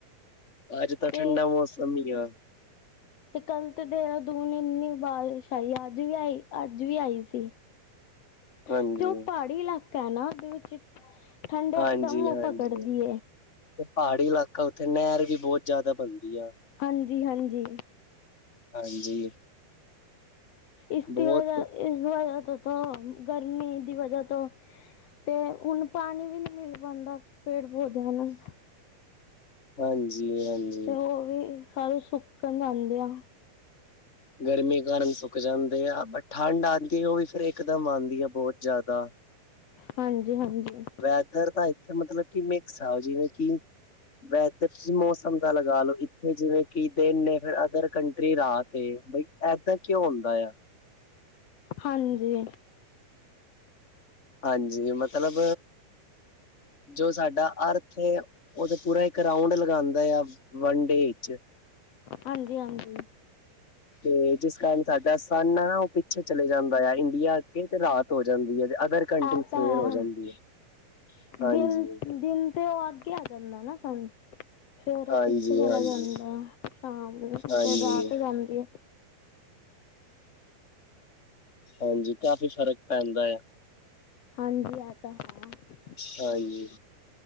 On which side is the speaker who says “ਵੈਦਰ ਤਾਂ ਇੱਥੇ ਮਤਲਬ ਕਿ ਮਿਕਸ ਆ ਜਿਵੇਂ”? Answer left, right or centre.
Left